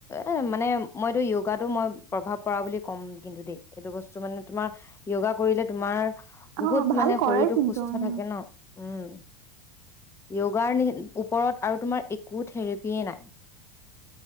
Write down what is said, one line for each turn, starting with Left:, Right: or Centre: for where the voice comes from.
Left: এ মানে মইতো য়োগাটো মই প্ৰভাৱ পৰা বুলি ক'ম কিন্তু দেই এইটো বস্তু মানে তোমাৰ য়োগা কৰিলে তোমাৰ
Right: অ',
Left: বহুত
Right: ভাল
Left: মানে
Right: কৰে
Left: শৰীৰতটো
Right: কিন্তু
Left: সুস্থ
Right: উম।
Left: থাকে ন। উম য়োগাৰ নি ওপৰত আৰু তোমাৰ একো থেৰাপিয়ে নাই।